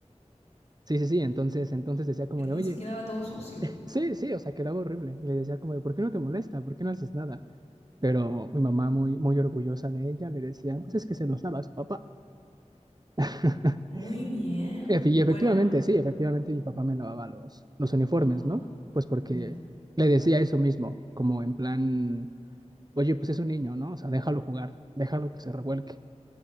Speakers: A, on the right; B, on the left.
A: Sí, sí, sí, entonces, entonces decía como
B: Entonces
A: de, oye,
B: quedaba todo sucio.
A: Sí, sí, o sea, quedaba horrible. Le decía como de, ¿por qué no te molesta? ¿Por qué no haces nada? Pero mi mamá, muy, muy orgullosa de ella, le decía, pues es que se los lava a su papá. <laughs>
B: Muy bien.
A: Efe- Y efectivamente,
B: Bueno,
A: sí, efectivamente mi papá me lavaba los, los uniformes,
B: ah,
A: ¿no? Pues porque
B: ya.
A: le decía eso mismo, como en plan, oye, pues es un niño, ¿no? O sea, déjalo jugar, déjalo que se revuelque.